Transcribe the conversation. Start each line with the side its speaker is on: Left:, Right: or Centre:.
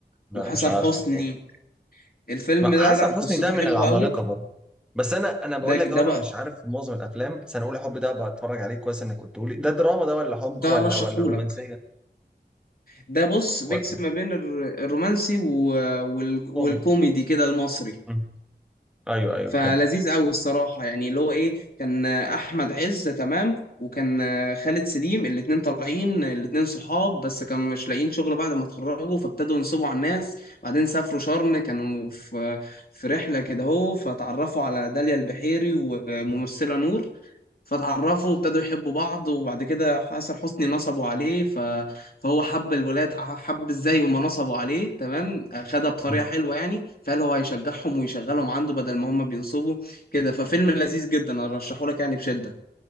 Centre: لا
Left: وحسن
Centre: مش عارفه
Left: حسني
Centre: خالص
Left: الفيلم
Centre: ما-
Left: ده
Centre: حسن
Left: لا
Centre: حسني
Left: قصته
Centre: ده من
Left: حلوة
Centre: العمالقه
Left: قوي
Centre: برضه بس انا انا بقول
Left: ده ده
Centre: لك أهو انا
Left: بقى
Centre: مش عارف معظم الافلام بس انا اقول حب ده بتفرج عليه كويس انك قلته لي ده دراما ده ولا حب
Left: ده
Centre: ولا
Left: رشحهولك
Centre: ولا رومانسيه
Left: ده بص ميكس
Centre: ولا
Left: ما بين الر- الرومانسي و- وال- والكوميدي
Centre: كوميدي
Left: كده المصري
Centre: مم. ايوه ايوه
Left: فلذيذ
Centre: فهمت
Left: قوي الصراحه يعني اللي هو ايه كان احمد عز تمام وكان خالد سليم الاتنين طالعين الاتنين صحاب بس كانوا مش لاقيين شغل بعد ما اتخرجوا فابتدوا ينصبوا على الناس بعدين سافروا شرم كانوا في في رحله كده اهو فتعرفوا على داليا البحيري وممثله نور فتعرفوا وابتدوا يحبوا بعض وبعد كده حسن حسني نصبوا عليه ف... فهو حب الولاد حب ازاي هما نصبوا عليه تمام خدها بطريقة
Centre: مم.
Left: حلوة يعني فقال هو هيشجعهم ويشغلهم عنده بدل ما هما بينصبوا كده ففيلم لذيذ جدا انا ارشحه لك يعني بشدة